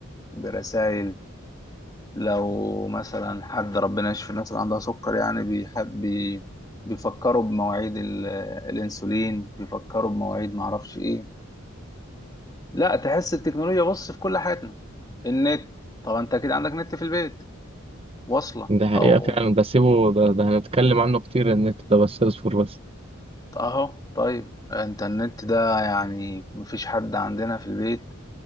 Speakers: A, on the left (about 20°); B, on the right (about 30°).
A: برسائل لو مثلا حد ربنا يشفي الناس اللي عندها سكر يعني بيحب بي بيفكروا بمواعيد ال- الانسولين بيفكروا بمواعيد معرفش ايه لا تحس التكنولوجيا بص في كل حياتنا النت طبعا انت اكيد عندك نت في البيت واصلة
B: ده حقيقة
A: او
B: فعلا ده سيبه ده, ده هنتكلم عنه كتير النت ده بس اصبر بس
A: اهو طيب انترنت ده يعني مفيش حد عندنا في البيت